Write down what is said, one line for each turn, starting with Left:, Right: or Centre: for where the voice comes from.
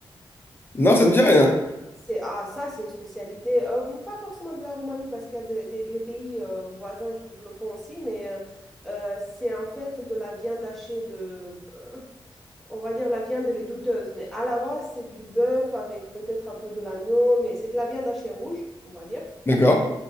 Left: Non, ça me dit rien.
Centre: C'est, ah, ça, c'est une spécialité, euh, pas forcément de la Roumanie, parce qu'il y a des des- les pays euh, voisins qui le font aussi, mais euh, euh, c'est en fait de la viande hachée de, euh, on va dire la viande, elle est douteuse, mais à la base, c'est du bœuf avec peut-être un peu de l'agneau, mais c'est de la viande hachée rouge, on va dire.
Left: D'accord.